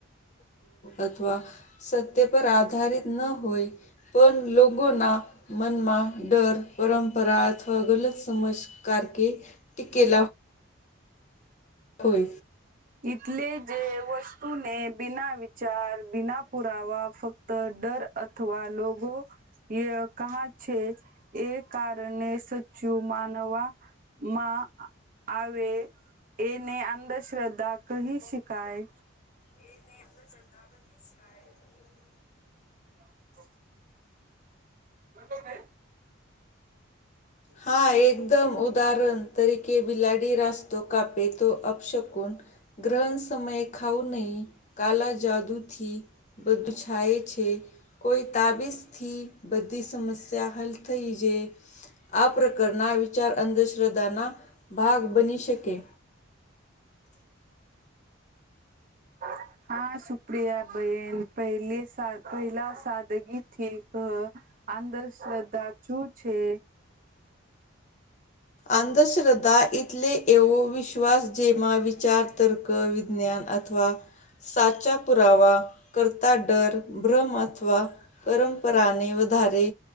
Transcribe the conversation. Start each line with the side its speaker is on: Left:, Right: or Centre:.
Left: અથવા સત્ય પર આધારિત ન હોય. પણ લોગોના મનમાં ડર, પરંપરા અથવા ગલત સમજ કાર કે ટીકેલા. હોય.
Right: એટલે જે વસ્તુને બિના વિચાર, બિના પુરાવા, ફક્ત તો ડર અથવા લોકો ક છે, એ કારણે સાચું માનવા. માં આવે, એને અંધશ્રદ્ધા કહી શકાય.
Left: એનેતાછ <unintelligible>
Right: હ <unintelligible> બતો ભાઈ <unintelligible> <unintelligible>
Left: હા, એકદમ, ઉદાહરણ તરીકે બિલાડી રાસ્તો કાપે તો અપશુકન. ગ્રહણ સમયે ખાવ નહી, કાલા જાદુથી. બધું છાય છે, કોઈ તાબીસ થી બધી સમસ્યા હલ થઈ જાય. આ પ્રકારના વિચાર અંધશ્રદ્ધાના ભાગ બની શકે.
Right: <unintelligible> હા, સુપ્રિયા બેહેન પહેલી સા પહેલા સાદગી થી અંધશ્રદ્ધા શું છે?
Left: અંધશ્રદ્ધા એટલે એવો વિશ્વાસ જેમાં વિચાર, તર્ક, વિજ્ઞાન. અથવા સાચા પુરાવા. કરતા ડર, ભ્રમ અથવા પરંપરાને વધારે